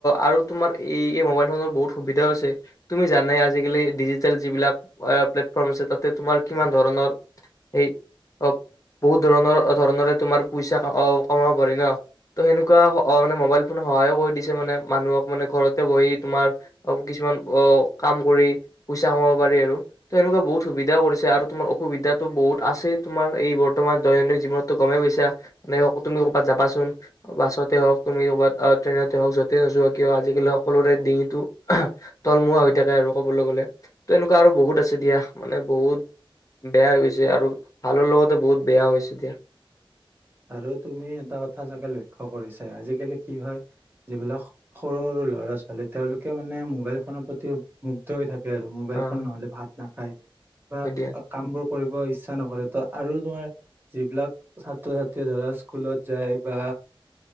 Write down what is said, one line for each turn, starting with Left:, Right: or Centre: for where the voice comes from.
Left: আৰু তোমাৰ এই এই মোবাইল ফোনৰ বহুত সুবিধাও আছে তুমি জানাই আজিকালি ডিজিটেল যিবিলাক প্লেটফৰ্ম আছে তাতে তোমাৰ কিমান ধৰণৰ স বহুত ধৰণৰ ধৰণৰে তোমাৰ পইচা কমাব পাৰি ন ত' সেনেকুৱা মানে মোবাইল ফোন সহায়ো কৰি দিছে মানে মানুহক মানে ঘৰতে বহি তোমাৰ কিছুমান অ কাম কৰি পইচা কমাব পাৰি আৰু ত সেনেকুৱা বহুত সুবিধাও কৰিছে আৰু তোমাৰ অসুবিধাটো বহুত আছেই তোমাৰ এই বৰ্তমান দৈনন্দিন জীৱনত গমেই পইছা মানে তুমি ক'ৰবাত যাবাচোন বাছতে হওক তুমি ক'ৰবাত ট্ৰেইনতে হওক য'তেই নোযোৱা কিয় আজিকালি সকলোৰে ডিঙিটো তলমুৱা হৈ থাকে আৰু ক'বলৈ গ'লে ত এনেকুৱা আৰু বহুত আছে দিয়া মানে বহুত বেয়া হৈ গৈছে আৰু ভালৰ লগতে বহুত বেয়াও হৈছে দিয়া।
Right: আৰু তুমি এটা কথা চাগে লক্ষ্য কৰিছাই আজিকালি কি হয় যিবিলাক সৰু সৰু ল'ৰা ছোৱালী তেওঁলোকে মানে মোবাইল ফোনৰ প্ৰতি মুগ্ধ হৈ থাকে। আৰু মোবাইল
Left: অ হয়
Right: ফোন নহলে ভাত না খায়। বা
Left: দিয়া
Right: কামবোৰ। কৰিব ইচ্ছা নকৰে ত আৰু তোমাৰ যিবিলাক ছাত্ৰ ছাত্ৰীয়ে ধৰা স্কুলত যায় বা